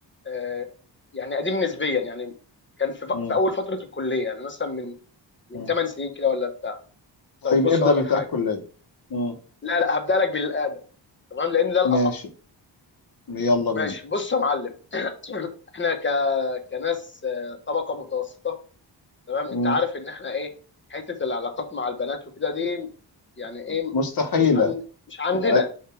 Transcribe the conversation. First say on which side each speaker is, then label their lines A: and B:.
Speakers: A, on the left (about 25°); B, on the left (about 50°).
A: آه يعني قديم نسبيا يعني كان في, ف-
B: مم.
A: في اول فتره الكليه يعني مثلا من من
B: مم.
A: 8 سنين كده ولا بتاع
B: طيب
A: طيب بص
B: ابدا
A: اقول لك
B: بتاع
A: حاجه
B: الكليه مم.
A: لا لا هبدا لك بالاقدم تمام لان ده الاصعب
B: ماشي يلا بينا
A: ماشي بص يا معلم <clears throat> احنا ك... كناس آه، طبقه متوسطه تمام
B: مم.
A: انت عارف ان احنا ايه حته العلاقات مع البنات وكده دي يعني ايه
B: مستحيله
A: مش عند مش عندنا
B: أه،